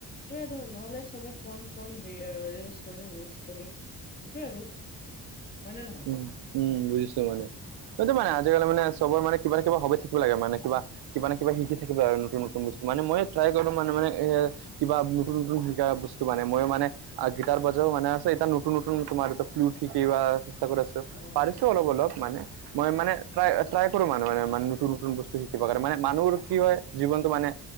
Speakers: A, on the left; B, on the right.
A: ত নহলে চবে ফোন ফোন <unintelligible> কৰি কৰিম এইটোয়ে আৰু হয়নে নহয়?
B: উম উম উম বুজিছো মানে সেইটো মানে আজিকালি মানে চবৰ মানে কিবা নহয় কিবা থাকিব লাগে মানে কিবা কিবা না কিবা শিকি থাকিব আৰু নতুন নতুন বস্তু মানে মই ট্ৰাই কৰো মান মানে এ কিবা নতুন নতুন শিকা বস্তু মানে মই মানে আৰ গিটাৰ বজাও মানা আছে এটা নতুন নতুন তোমাৰ ফ্লুট শিক ৱা চেষ্টা কৰি আছো
A: অ',
B: পাৰিছো অলপ অলপ মানে মই মানে ট্ৰাই ট্ৰাই কৰো মানুহ মানে নতুন নতুন বস্তু শিকিব কাৰণে মানে মানুহৰ কি হয় জীৱনটো মানে